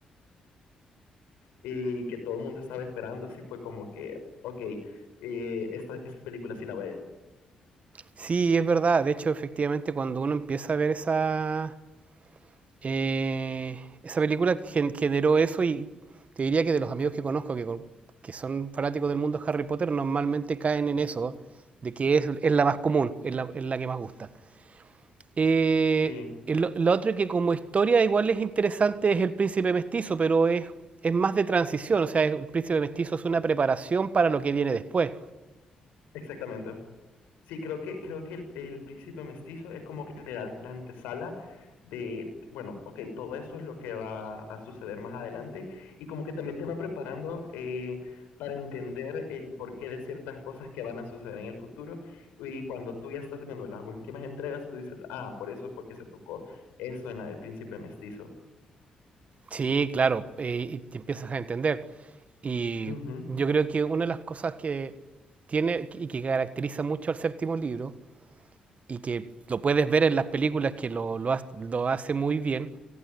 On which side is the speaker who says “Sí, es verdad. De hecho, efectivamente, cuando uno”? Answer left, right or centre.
Right